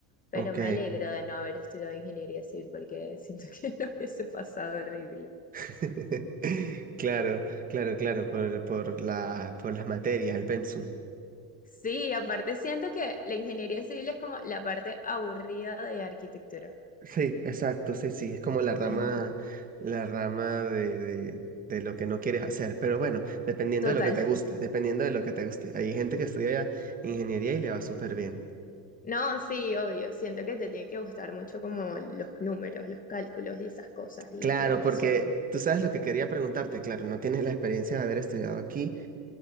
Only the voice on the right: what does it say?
ok.
<laughs> Claro, claro, claro, por, por la, por las materias, el pensum.
Sí, exacto, sí, sí, es como la rama,
la rama de, de, de lo que no quieres hacer, pero bueno, dependiendo
de lo que te guste, dependiendo de lo que te guste. Hay gente que estudia ingeniería y le va súper bien.
Claro,
porque
tú sabes lo que quería preguntarte, claro, no tienes la experiencia de haber estudiado aquí,